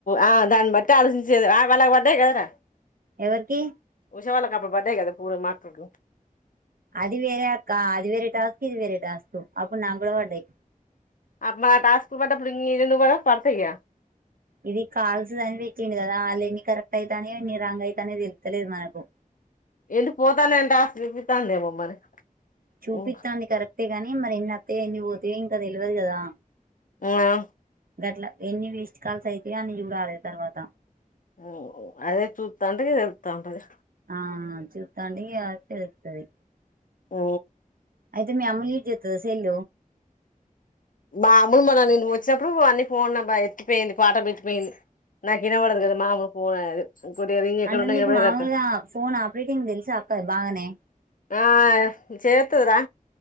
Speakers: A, on the left; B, on the right.
A: ఆ దాన్ని బట్టి ఆలోచించేది వాళ్ళకు పడ్డాయి కదరా
B: ఎవరికి
A: విషే వాళ్ళలకి హ్యపిబరెడె పడేగాద పూ మాక్క <unintelligible>
B: అది వేరే అక్క అది వేరే టాస్క్ ఇది వేరే టాస్క్ అప్పుడు నాకు కూడా పడ్డాయి
A: అ మా టాస్క్ పాడ్డప్పుడు మీది ఎందుకు పాడవు పాడతయిగా
B: ఇది కాల్స్ దనిపించింది కదా వాళ్ళు ఎన్నికరెక్ట్ అయితన్నాయ రాంగ్ అయితన్నాయ తెలుతలేదు నాకు
A: ఏంటి పోతానంటే ఆస్తి చూపిస్తాతాందేమో మరి
B: చూపితాంది
A: ఉమ్.
B: కరెక్ట్ అంతే గాని మరి ఎన్ని వతాయ్ ఎన్ని పోతాయ ఇంకా తెలియదు కదా
A: ఆ ఆ
B: గట్ల ఎన్ని వేస్ట్ కాల్స్ అయితయ్ అన్న చూడాలే తర్వాత
A: ఊ అదే చూస్తాంటే తెల్తాంటది
B: ఆ చుత్తాంటే యది వత్తే అది వత్తది
A: అ ఆ
B: అయితే మీ అమ్మలు యిజ్ చెత్తాద సెల్
A: మాము మన నేను వచ్చినప్పుడు అన్నీ ఫోన్బ ఎత్తిపోయింది పాట పెట్టిపోయింది నాకు వినబడదు కదా మామూలు ఫోన్ అది ఇంకోటి రింగ్ ఎక్కడున్నా
B: అంటే నీకు
A: వినబడేటట్టు
B: మామూలుగా ఫోన్ ఆపరేటింగ్ తెలుసా అక్క బాగానే
A: ఆ చేయత్తదిరా